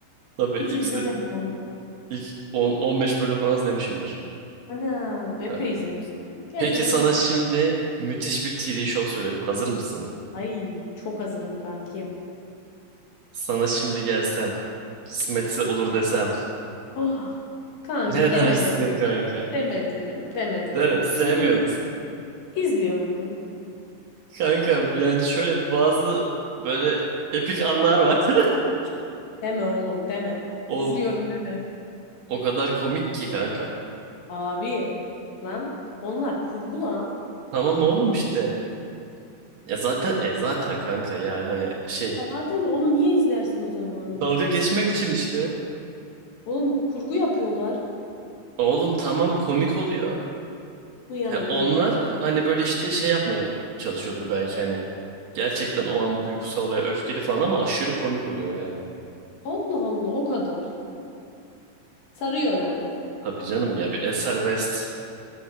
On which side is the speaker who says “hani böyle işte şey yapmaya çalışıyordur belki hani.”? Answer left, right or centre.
Right